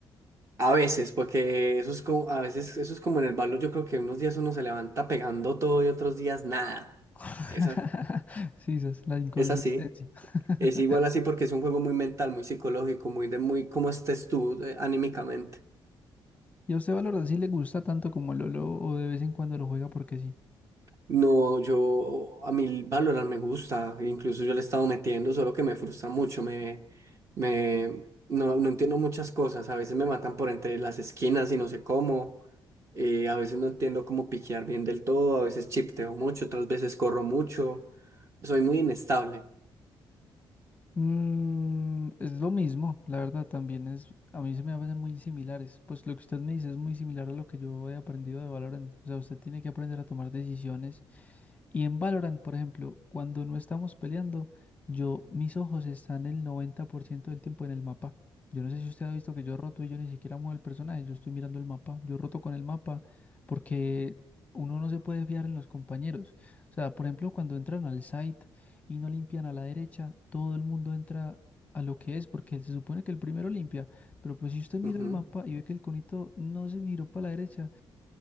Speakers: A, on the right; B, on the left.
A: A veces, porque eso es como, a veces eso es como en el balón Yo creo que unos días uno se levanta pegando todo y otros días nada.
B: <laughs>
A: Esa,
B: Sí, esa es la inconsistencia.
A: es así.
B: <laughs>
A: Es igual así porque es un juego muy mental, muy psicológico, muy de muy cómo estés tú eh, anímicamente.
B: ¿Y a usted Valorant sí le gusta tanto como Lolo o de vez en cuando lo juega porque sí?
A: No, yo a mí Valorant me gusta, incluso yo le he estado metiendo, solo que me frustra mucho, me, me no, no entiendo muchas cosas, a veces me matan por entre las esquinas y no sé cómo, eh, a veces no entiendo cómo piquear bien del todo, a veces chipteo mucho, otras veces corro mucho, soy muy inestable.
B: Mm, es lo mismo, la verdad también es, a mí se me hacen muy similares. Pues lo que usted me dice es muy similar a lo que yo he aprendido de Valorant. O sea, usted tiene que aprender a tomar decisiones Y en Valorant, por ejemplo, cuando no estamos peleando, yo, mis ojos están el 90% del tiempo en el mapa. Yo no sé si usted ha visto que yo roto y yo ni siquiera muevo el personaje, yo estoy mirando el mapa, yo roto con el mapa porque uno no se puede fiar en los compañeros. O sea, por ejemplo, cuando entran al site y no limpian a la derecha, todo el mundo entra a lo que es porque se supone que el primero limpia, pero pues si usted mira
A: Ujú.
B: el mapa y ve que el conito no se miró para la derecha,